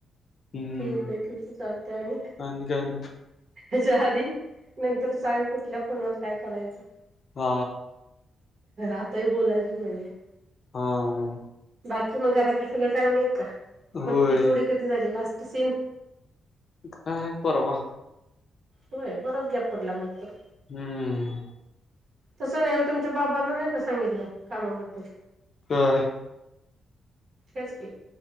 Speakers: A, on the left (about 40°); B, on the right (about 50°).
A: हम्म
B: ठीके ठीके चालतय आणि
A: आणि काय मग
B: त्याच्या आधी नंतर सांग कुठल्या फोनवर काय करायचं
A: हा.
B: आताही बोलायचच नाहीेये
A: हा.
B: बाकी म घरातले सगळे चांगलेत का?
A: होय
B: बत्ती तेवढी कधी झाली लास्त सीन
A: काय परवा
B: होय बराच गॅप पडला मग तर
A: हम्म
B: तसं नाही मग तुमच्या बाबांना नाही का सांगितलं कामाबद्दल
A: काय?
B: हेच की